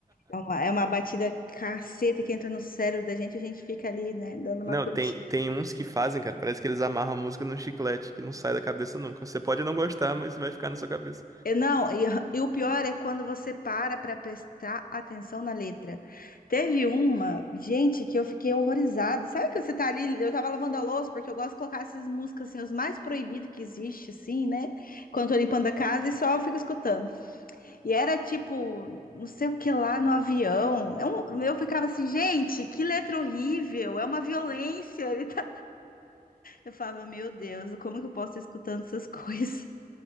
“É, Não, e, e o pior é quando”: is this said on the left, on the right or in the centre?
Left